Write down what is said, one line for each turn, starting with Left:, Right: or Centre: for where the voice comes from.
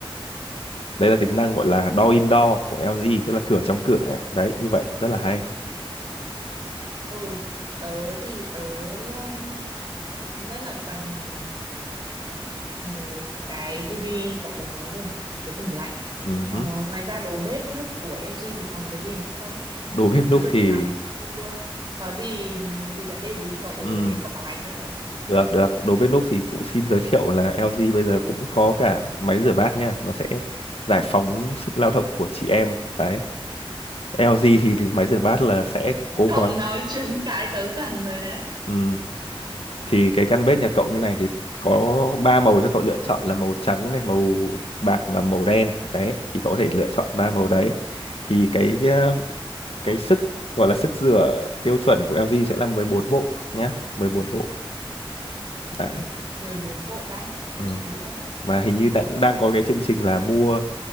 Left: Đây là tính năng gọi là door indoor của LG tức là cửa trong cửa ấy. Đấy như vậy rất là hay
Right: ừ tớ thì tớ um, rất là cần một cái tivi cậu vừa nói rồi này một cái tủ lạnh
Left: ừ.
Right: ờ,
Left: hứ.
Right: ngoài ra đồ bếp núc của LG thì còn cái gì nữa không
Left: Đồ bếp
Right: nếu
Left: núc
Right: được
Left: thì
Right: thì làm một combo luôn có gì bị vấn đề gì cậu
Left: ừ.
Right: đến cậu bảo hành cho tớ
Left: Được, được. Đối với Núp thì cũng xin giới thiệu là LG bây giờ cũng có cả máy rửa bát nha. Nó sẽ giải phóng sức lao động của chị em. Đấy. LG thì, thì máy rửa bát là sẽ cố
Right: cậu
Left: gắng.
Right: nói trúng cái tớ cần rồi đấy
Left: Ừm, Thì cái căn bếp nhà cậu như này thì có ba màu cho cậu lựa chọn là màu trắng này, màu bạc và màu đen. Đấy, thì cậu có thể lựa chọn ba màu đấy. Thì cái ờ, cái sức gọi là sức rửa tiêu chuẩn của LG sẽ là 14 bộ nhá, 14 bộ. Đấy.
Right: mười bốn bộ bát
Left: Ừm.
Right: chén đũa
Left: Và hình như đang đang có cái chương trình là mua